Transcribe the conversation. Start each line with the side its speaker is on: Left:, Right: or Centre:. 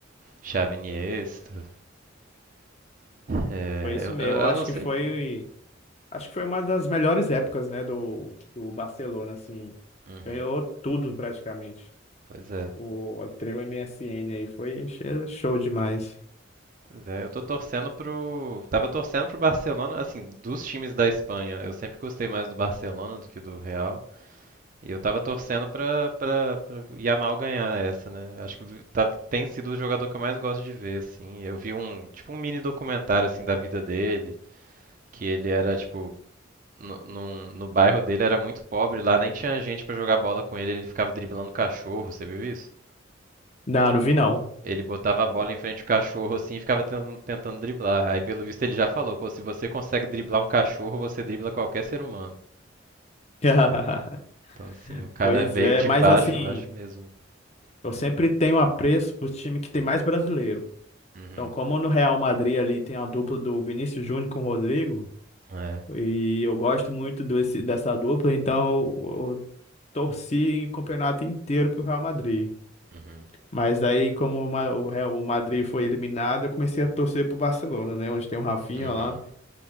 Right: Xavi Iniesta, é,
Left: Foi isso
Right: eu,
Left: mesmo.
Right: eu-
Left: Acho
Right: eu não sei
Left: que foi,
Right: como.
Left: acho que foi uma das melhores épocas, né, do, do Barcelona, assim.
Right: Uhum.
Left: Ganhou tudo praticamente.
Right: Pois é.
Left: O, o trio MSN aí foi che- show demais.
Right: É, eu tô torcendo pro. Tava torcendo pro Barcelona, assim, dos times da Espanha. Eu sempre gostei mais do Barcelona do que do Real. E eu tava torcendo pra, pra, pra Yamal ganhar essa, né? Acho que vi- tá- tem sido o jogador que eu mais gosto de ver, assim. Eu vi um, tipo, um mini documentário, assim, da vida dele, que ele era, tipo, no, num- no bairro dele era muito pobre, lá nem tinha gente pra jogar bola com ele, ele ficava driblando cachorro, você viu isso?
Left: Não, não vi não.
Right: Ele botava a bola em frente ao cachorro assim e ficava tentando, tentando driblar. Aí, pelo visto, ele já falou: pô, se você consegue driblar um cachorro, você dribla qualquer ser humano.
Left: <laughs>
Right: Então, assim, o cara
Left: Pois
Right: veio
Left: é,
Right: de
Left: mas
Right: baixo,
Left: assim,
Right: baixo mesmo.
Left: eu sempre tenho apreço pro time que tem mais brasileiro.
Right: Né? Uhum.
Left: Então, como no Real Madrid ali tem a dupla do Vinícius Júnior com o Rodrigo,
Right: É.
Left: E eu gosto muito desse, dessa dupla, então eu, eu torci o campeonato inteiro pro Real Madrid.
Right: Uhum.
Left: Mas aí, como o, Ma- o Real, o Madrid foi eliminado, eu comecei a torcer pro Barcelona, né? Onde tem o Rafinha
Right: Uhum.
Left: lá.